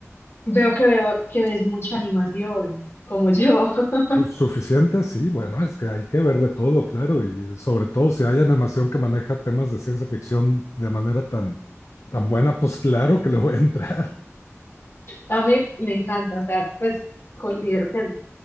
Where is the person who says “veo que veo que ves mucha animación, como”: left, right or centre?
Left